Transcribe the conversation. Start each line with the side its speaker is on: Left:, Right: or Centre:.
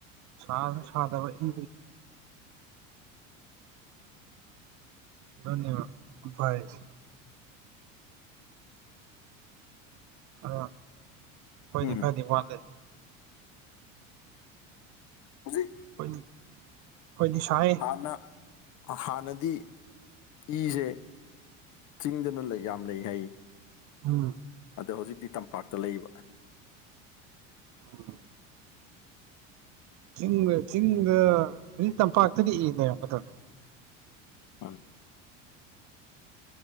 Right: ꯁꯥꯗ ꯁꯗꯕ ꯏ ꯑꯗꯨꯅꯦꯕꯥ ꯅꯨꯄꯥ ꯍꯥꯏꯁꯦ ꯑ ꯐꯣꯏꯅꯤ
Left: ꯎꯝ
Right: ꯈꯅꯤ ꯋꯥꯠꯂꯦ
Left: ꯍꯧꯖꯤ
Right: ꯍꯣꯏꯗꯤ ꯍꯣꯏꯗꯤ ꯁꯥꯏ
Left: ꯍꯥꯟꯅ ꯍꯥꯟꯅꯗꯤ ꯏꯁꯦ ꯆꯤꯡꯗꯅ ꯂꯩ ꯌꯥꯝ ꯂꯩ ꯍꯥꯏ
Right: ꯎꯝ
Left: ꯑꯗꯣ ꯍꯧꯖꯤꯛꯇꯤ ꯇꯝꯄꯥꯛꯇ ꯂꯩꯕ
Right: ꯎꯝ ꯆꯤꯡꯒ ꯆꯤꯡꯒ ꯍꯧꯖꯤꯛ ꯇꯝꯄꯥꯛꯇꯗꯤ ꯏ ꯂꯩꯔꯒꯗꯔꯅꯦ
Left: ꯃꫪꯦ